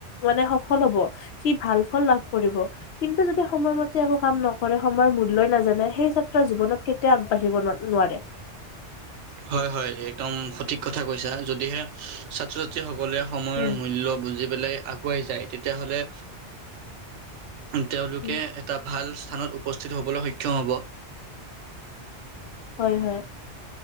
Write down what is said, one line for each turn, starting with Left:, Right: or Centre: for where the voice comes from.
Left: মানে সফল হ'ব। সি ভাল ফল লাভ কৰিব কিন্তু যদি সময়ম তে একো কাম নকৰে সময়ৰ মূল্যই নাজানে সেই ছাত্ৰৰ জীৱনত কেতিয়াও আগবাঢ়িব ন নোৱাৰে।
Right: হয়, হয়, একদম সঠিক কথা কৈছা যদিহে ছাত্ৰ ছাত্ৰী সকলে সময়ৰ
Left: উম,
Right: মূল্য বুজি পেলাই আগুৱাই যায় তেতিয়া হ'লে তেওঁলোকে
Left: উম।
Right: এটা ভাল স্থানত উপস্থিত হ'বলৈ সক্ষম হ'ব।
Left: হয়, হয়।